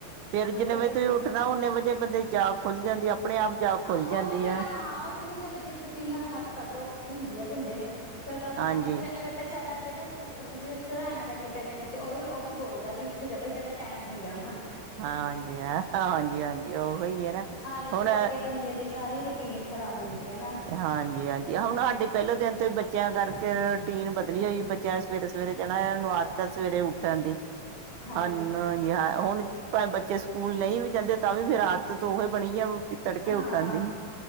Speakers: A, on the right; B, on the left.
A: ਫੇਰ
B: ਹਾਂਜੀ
A: ਜਿੰਨੇ ਵਜੇ ਤੁਸੀਂ ਉੱਠਣਾ ਓਨੇ ਵਜੇ ਬੰਦੇ ਦੀ ਜਾਗ ਖੁੱਲ ਜਾਂਦੀ ਆਪਣੇ ਆਪ ਜਾਗ
B: ਹਾਂ
A: ਖੁੱਲ
B: ਉਹ
A: ਜਾਂਦੀ
B: ਤੇ ਫੇਰ
A: ਆ।
B: ਹਾਂ ਉਹ ਤੇ ਮਤਲਬ ਜੇ ਤੁਸੀਂ ਮਤਲਬ ਹਫ਼ਤਾ ਕ ਔਖੀ ਹੁੰਦੀ ਆ ਬੰਦੇ ਨੂੰ ਫੇਰ ਤਾਂ ਆਪਣੇ
A: ਹਾਂਜੀ,
B: ਆਪ ਸ ਅਤੇ ਸਾਡਾ ਜਿਹੜਾ ਸ ਅਸੀਂ ਸਰਾਣਾ ਲੈ ਕੇ ਪੈਂਦੇ ਨੀਚੇ ਉਹ ਵੀ ਉਹ ਵੀ ਬੋਲਦਾ ਵੀ ਉੱਠੇ ਜਾ ਭਾਈ ਤੇਰਾ ਟਾਈਮ ਹੋ ਗਿਆ ਹੁਣ
A: ਹਾਂ ਹਾਂਜੀ ਹਾਂਜੀ ਹਾਂਜੀ ਉਹੀ ਹੈ ਨਾ
B: ਆਲਸ
A: ਹੁਣ
B: ਕਰਕੇ ਬੰਦੇ ਦੀ ਸਾਰੀ ਰੋਟੀਨ ਖ਼ਰਾਬ ਹੁੰਦੀ ਆ ਨਾ।
A: ਹਾਂਜੀ ਹਾਂਜੀ ਹੁਣ ਸਾਡੇ ਪਹਿਲੇ ਦਿਨ ਤੋਂ ਹੀ ਬੱਚਿਆਂ ਕਰਕੇ ਰੂਟੀਨ ਬਦਲੀ ਹੋਈ ਬੱਚਿਆਂ ਨੇ ਸਵੇਰੇ-ਸਵੇਰੇ ਜਾਣਾ ਉਨ੍ਹਾਂ ਨੂੰ ਆਦਤ ਆ ਸਵੇਰੇ ਉੱਠ ਪੈਂਦੀ
B: ਹਾਂਜੀ
A: ਹਨ ਹਾਂ ਹੁਣ ਭਵੇ ਬੱਚੇ ਸਕੂਲ ਨਹੀਂ ਵੀ ਜਾਂਦੇ ਤਾਂ ਵੀ ਫੇਰ ਆਦਤ ਤਾਂ ਉਹੀ ਬਣੀ ਆ ਤੜਕੇ ਉੱਠਣ
B: ਹਾਂ
A: ਦੀ